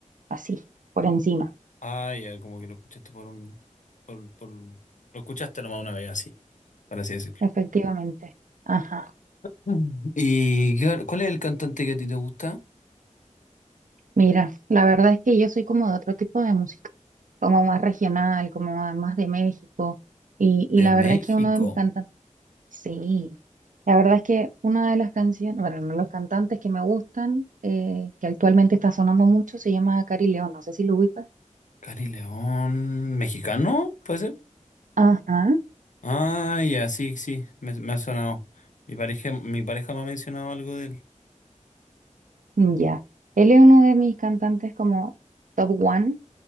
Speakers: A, on the right; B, on the left.
A: así, por encima,
B: Ah, ya, como que lo escuchaste por un... Por, por- lo escuchaste nomás una vez, así, por así decirlo.
A: efectivamente. Ajá.
B: Mm. ¿Y qué- cuál es el cantante que a ti te gusta?
A: Mira, la verdad es que yo soy como de otro tipo de música, como más regional, como más de México, y, y
B: De
A: la
B: México.
A: verdad es que uno de mis cantantes, sí, la verdad es que una de las canciones, bueno, uno de los cantantes que me gustan, eh, que actualmente está sonando mucho, se llama Cari León, no sé si lo ubicas.
B: Cari León. ¿Mexicano? ¿Puede ser?
A: Ajá,
B: Ah, ya, sí, sí, me, me ha sonado. Mi pareja, mi pareja me ha mencionado algo de él.
A: ya. Él es uno de mis cantantes como top one